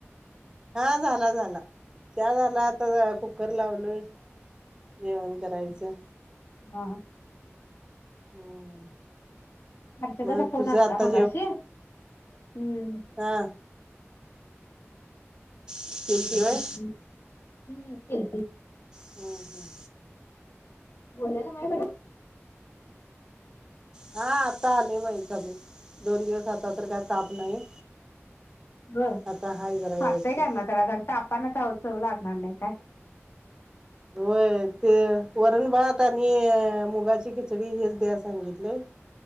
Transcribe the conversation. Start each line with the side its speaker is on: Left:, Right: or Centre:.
Right: हा झाला झाला, च्या झाला आता कुकर लावलोय, जेवण करायचं.
Left: हां.
Right: हम्म.
Left: हर्षदाचा
Right: मग
Left: फोन
Right: तुझं
Left: आलता
Right: आता
Left: मगाशी, हम्म.
Right: हां. केल
Left: नंतर
Right: किवाय
Left: करतान, तिनं केलती.
Right: हां हां.
Left: गोल्याला हाय बरं?
Right: हां आता आलय बाई कमी, दोन दिवस आता तर काय ताप नाही
Left: बघ.
Right: आता हाय जरा
Left: खातय
Right: व्यवस्थित.
Left: काय मग त्याला तापानं चव लागनार नाही काय.
Right: होय, ते वरण भात आणि मुगाची खिचडी, हेच द्याय सांगितलय.